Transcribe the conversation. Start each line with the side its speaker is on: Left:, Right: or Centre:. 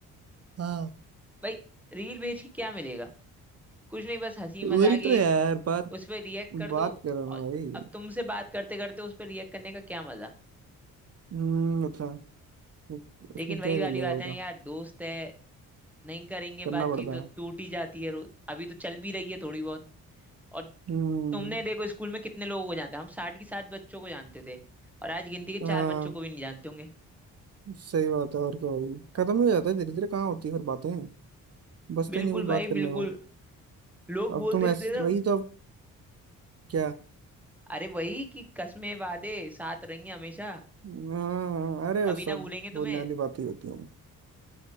Right: हाँ
Centre: भाई रील भेज के क्या मिलेगा कुछ नहीं बस हंसी मजाक
Right: वही तो
Centre: एक
Right: यार बात
Centre: उस पर रिएक्ट कर दो
Right: बात करो
Centre: और
Right: ना भाई
Centre: अब तुमसे बात करते करते उस पर रिएक्ट करने का क्या मजा
Right: हम्म अच्छा वो-
Centre: लेकिन
Right: उसमें क्या
Centre: वही वाली
Right: कर लेगा
Centre: बात
Right: बता
Centre: है ना यार दोस्त है नहीं करेंगे
Right: करना
Centre: बातचीत
Right: पड़ता
Centre: तो
Right: है
Centre: टूट ही जाती है रो- अभी तो चल भी रही है थोड़ी बहुत और
Right: हम्म
Centre: तुमने देखो स्कूल में कितने लोगों को जानते हम साठ की साठ बच्चों को जानते थे और आज गिनती के
Right: हाँ
Centre: चार बच्चों को भी नहीं जानते होंगे
Right: सही बात है और क्या भाई खत्म ही हो जाता है धीरे धीरे कहाँ होती है फिर बातें बचता
Centre: बिल्कुल
Right: ही नहीं कुछ बात
Centre: भाई
Right: करने
Centre: बिल्कुल
Right: को
Centre: लोग
Right: अब
Centre: बोलते
Right: तो मैं
Centre: थे ना
Right: वही तो अब क्या
Centre: अरे वही कि कस्में वादे साथ रहेंगे हमेशा
Right: हाँ हाँ अरे
Centre: कभी
Right: वो सब
Centre: ना भूलेंगे
Right: बोलने
Centre: तुम्हें
Right: वाली बातें ही होती हैं